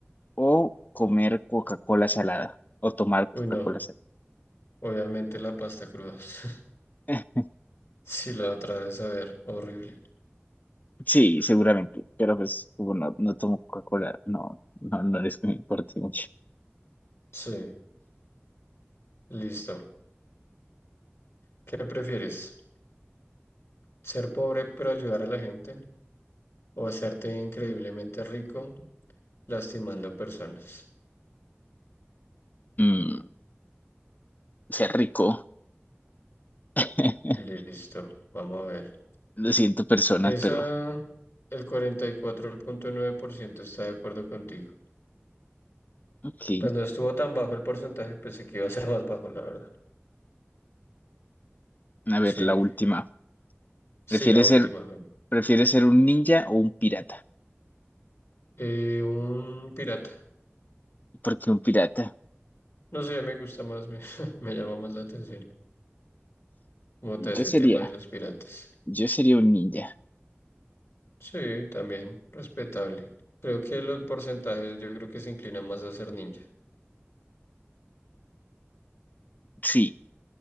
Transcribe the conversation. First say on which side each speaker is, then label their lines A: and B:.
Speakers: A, on the left; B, on the left.
A: o comer Coca-Cola salada o tomar
B: Uy,
A: Coca-Cola
B: no.
A: salada. <laughs>
B: Obviamente la pasta cruda. <laughs>
A: Eh,
B: Si la otra de saber, horrible.
A: sí, seguramente, pero pues como no, no tomo Coca-Cola, no, no, no es que me importe mucho.
B: Sí, listo. ¿Qué prefieres? ¿Ser pobre pero ayudar a la gente? ¿O hacerte increíblemente rico lastimando personas?
A: Mm, sea rico. <laughs>
B: Listo, vamos a ver.
A: Lo siento, personas,
B: Esa,
A: pero
B: el cuarenta y cuatro punto nueve por ciento está de acuerdo contigo.
A: ok.
B: Pues no estuvo tan bajo el porcentaje, pensé que iba a ser más bajo, la verdad.
A: A ver,
B: Sí,
A: la última.
B: sí,
A: ¿Prefieres
B: la última.
A: ser, prefieres ser un ninja o un pirata?
B: Eh, un pirata.
A: Porque un pirata.
B: No sé, me gusta más, me, <laughs> me llama más la atención. Como todo ese
A: Yo sería,
B: tema de los piratas.
A: yo sería un ninja.
B: Sí, también, respetable. Creo que los porcentajes yo creo que se inclinan más a ser ninja.
A: Sí,